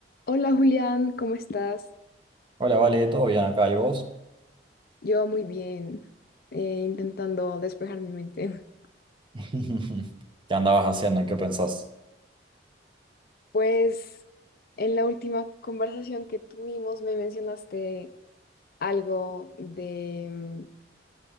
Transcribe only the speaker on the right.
Hola, Vale, ¿todo bien acá? ¿Y vos?
<laughs> ¿Qué andabas haciendo? ¿En qué pensás?